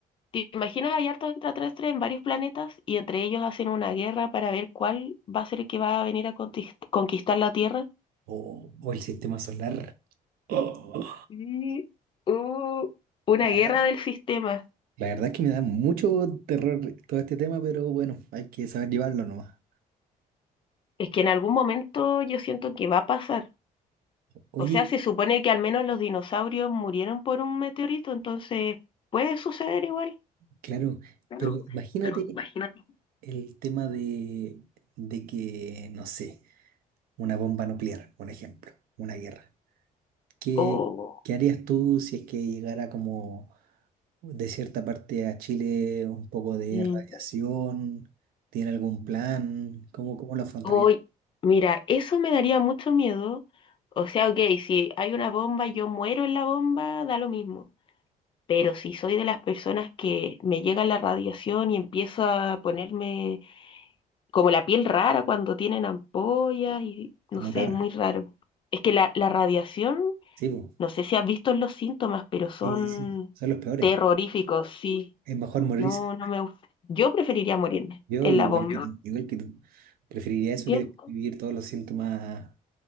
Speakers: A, on the left (about 35°); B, on the right (about 80°).
A: ¿Te imaginas hay hartos extraterrestres en varios planetas y entre ellos hacen una guerra para ver cuál va a ser el que va a venir a contis- conquistar la Tierra?
B: O o el sistema solar. Oh,
A: sí uh, una
B: la
A: guerra
B: verdad,
A: del sistema.
B: la verdad es que me da mucho terror todo este tema, pero bueno, hay que saber llevarlo nomás.
A: Es que en algún momento yo siento que va a pasar.
B: Oye,
A: O sea, se supone que al menos los dinosaurios murieron por un meteorito, entonces puede suceder igual.
B: claro,
A: Claro,
B: pero imagínate
A: pero imagínate,
B: el tema de, de que, no sé, una bomba nuclear, un ejemplo, una guerra. ¿Qué,
A: O,
B: qué harías tú si es que llegara como de cierta parte a Chile un poco de
A: mm,
B: radiación? ¿Tiene algún plan? ¿Cómo, cómo lo afrontarías?
A: o- mira, eso me daría mucho miedo. O sea, ok, si hay una bomba y yo muero en la bomba, da lo mismo. Pero si soy de las personas que me llega la radiación y empiezo a ponerme como la piel rara cuando tienen ampollas y
B: A
A: no sé,
B: mutar.
A: es muy raro. Es que la, la radiación,
B: Sí, po.
A: no sé si has visto los síntomas, pero son
B: Sí, sí, sí. Son los peores.
A: terroríficos, sí.
B: Es mejor morirse.
A: No, no me gusta. Yo preferiría morirme
B: Yo
A: en
B: igual
A: la bomba.
B: que tú, igual que tú. Preferiría eso
A: ¿Cierto?
B: que después vivir todos los síntomas